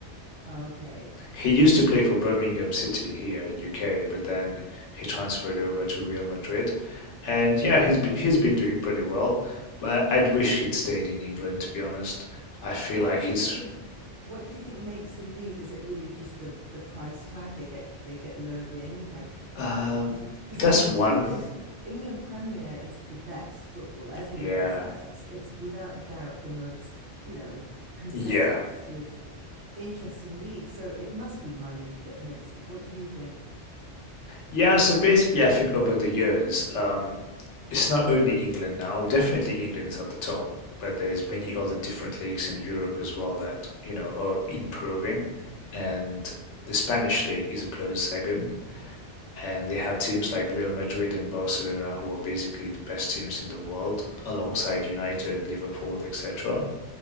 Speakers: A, on the right; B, on the left.
A: Okay.
B: He used to play for Birmingham City here in UK, but then he transferred over to Real Madrid. And yeah, he's b- he's been doing pretty well, but I'd wish he'd stayed in England to be honest. I feel
A: What
B: like
A: do
B: he's
A: you think what do you think makes them leave? Is it really just the the price tag they get they get lured in like
B: um
A: Because
B: that's
A: I mean,
B: one.
A: England, England Premier is the best football. Everyone
B: Yeah.
A: knows that. It's it's without a doubt the most, you know, competitive,
B: Yeah.
A: interesting league. So it must be money that makes them. What do you think?
B: Yeah, so basically, I think over the years, um, it's not only England now. Definitely, England is at the top, but there's many other different leagues in Europe as well that, you know, are improving. And the Spanish league is a close second. And they have teams like Real Madrid and Barcelona, who are basically the best teams in the world, alongside United, Liverpool, etc.